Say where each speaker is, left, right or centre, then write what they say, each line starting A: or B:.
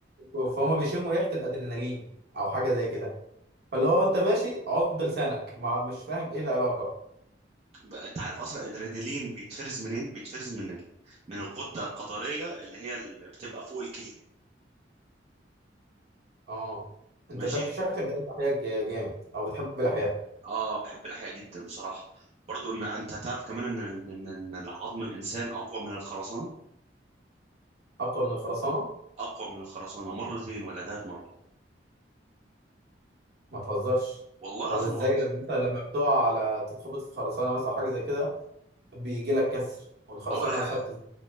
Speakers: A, on the right; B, on the right.
A: ما- فهم بيشموا ريحه الادرينالين او حاجه زي كده فاللي هو انت ماشي عض لسانك ما مش فاهم ايه العلاقه
B: بقى انت عارف اصلا الادرينالين بيتفرز منين بيتفرز من ال... من الغده الكظريه اللي هي اللي بتبقى فوق الكليه
A: اه انت
B: ماشي
A: ده شكلك ده احياء جامد او بتحب الاحياء
B: اه بحب الاحياء جدا بصراحه برضو ان انت تعرف كمان ان ان ان إن العظم الانسان اقوى من الخرسانه
A: اقوى من الخرسانه
B: اقوى من الخرسانه مرتين ولا ثلاث مرات
A: ما تهزرش
B: والله العظيم
A: طب ازاي
B: ما بهزر
A: لما مثلا لما بتقع على تتخبط في خرسانه مثلا او حاجه زي كده بيجي لك كسر والخرسانه
B: اول ح...
A: ثابته